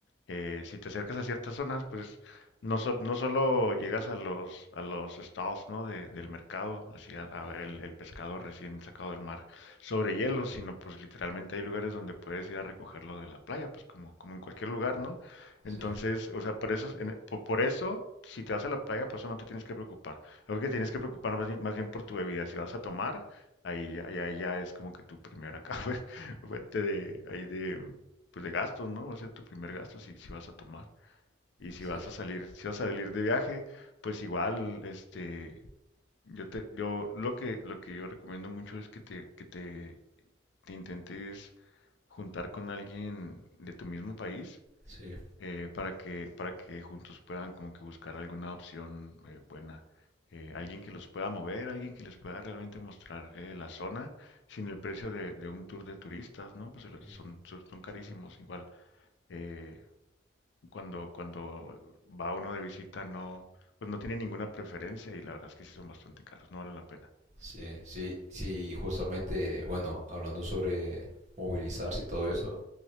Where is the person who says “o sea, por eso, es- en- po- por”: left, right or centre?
Left